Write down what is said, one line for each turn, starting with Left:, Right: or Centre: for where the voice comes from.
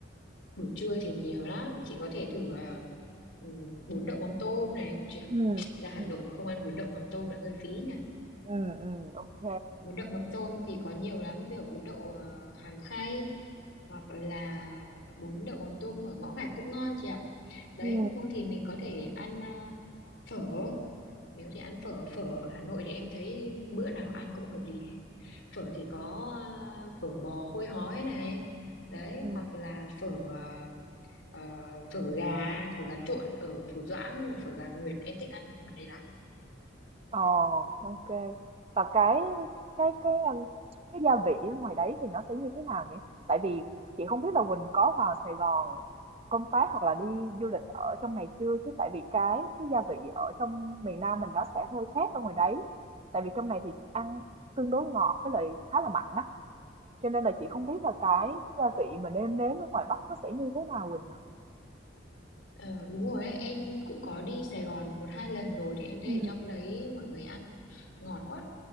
Left: Buổi trưa thì nhiều lắm, chị có thể thử ờ, ừm, bún đậu mắm tôm này. Trời,
Right: ừ
Left: ra Hà
Right: ừ
Left: Nội mà không ăn bún đậu mắm tôm là hơi phí nhỉ.
Right: ừ ừ Ok.
Left: bún đậu mắm tôm thì có nhiều lắm ví dụ bún đậu ờ, Hàng Khay hoặc là bún đậu mắm tôm ở ngõ gạch cũng ngon chị ạ đấy
Right: ừ
Left: không thì mình có thể ăn à, phở mình có thể ăn phở phở ở Hà Nội thì em thấy bữa nào ăn cũng hợp lý hết phở thì có à, phở bò khôi hói này đấy
Right: ừ.
Left: hoặc là phở à, ờ, phở gà phở gà trộn ở Phủ Doãn là phở gà Nguyệt em thích ăn ở ngoài đấy lắm
Right: Ờ, ok. Và cái cái cái um, cái gia vị ở ngoài đấy thì nó sẽ như thế nào nhỉ? Tại vì chị không biết là Quỳnh có vào Sài Gòn công tác hoặc là đi du lịch ở trong này chưa chứ tại vì cái cái gia vị ở trong miền Nam mình nó sẽ hơi khác ở ngoài đấy. Tại vì trong này thì ăn tương đối ngọt với lại khá là mặn á. Cho nên là chị không biết là cái cái gia vị mà nêm nếm ở ngoài Bắc nó sẽ như thế nào Quỳnh hả?
Left: Ờ, đúng rồi ấy. Em cũng có đi Sài Gòn một hai lần rồi thì em thấy
Right: Ừ.
Left: ở trong đấy mọi người ăn ngọt quá